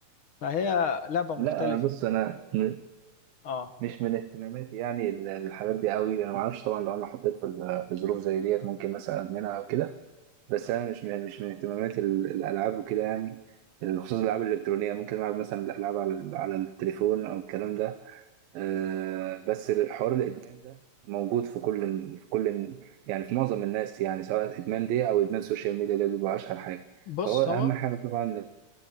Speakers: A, on the left; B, on the right.
A: فهي لعبة مختلفة
B: لا أنا بص أنا م-
A: اه
B: مش من اهتماماتي يعني ال- الحاجات دي قوي أنا ما أعرفش طبعا لو أنا حطيت في ال- في ظروف زي ديت ممكن مثلا أدمنها أو كده بس أنا مش من مش من اهتماماتي ال- الألعاب وكده يعني بخصوص الألعاب الإلكترونية ممكن ألعب مثلا الألعاب على على التليفون أو الكلام ده أه بس حوار الإدمان ده موجود في كل في كل يعني في معظم الناس يعني سواء إدمان دي أو إدمان سوشيال ميديا ده بيبقى أشهر حاجة
A: بص
B: فهو أهم
A: هو
B: حاجة طبعا